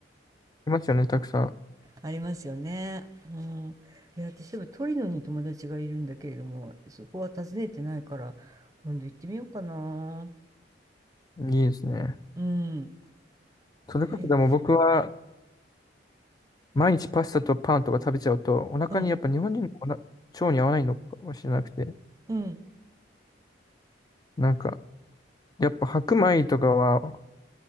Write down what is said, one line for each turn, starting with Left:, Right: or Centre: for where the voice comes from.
Left: いますよね、たくさ
Right: ありますよね。うん。いや、私、例えばトリノに友達がいるんだけれども、そこは訪ねてないから、今度行ってみようかな。
Left: ん。いいですね。
Right: うん。
Left: それこそでも僕は、
Right: え、
Left: 毎日パスタとパンとか食べちゃうと、お腹にやっぱ日本人のおな腸に合わないのかもしれなくて、
Right: うん、うん。
Left: なんか、やっぱ白米とかは